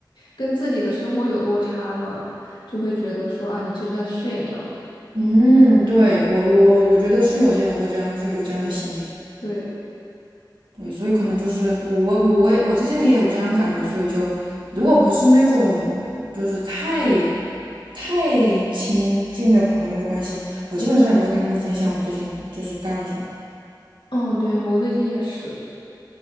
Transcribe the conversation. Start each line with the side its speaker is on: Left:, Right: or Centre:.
Left: 跟自己的生活有落差嘛，就会觉得说啊，你这是在炫耀。
Right: 嗯，对，我我我觉得是有些人会这样，这样有这样的心理。
Left: 对对，
Right: 对，所以可能就是我我我我也我之前也有这样感觉，所以就如果不是那种就是太太亲近的朋友的关系，我基本上也不会跟他们分享我最近就是干了什么。
Left: 嗯，对，我最近也是，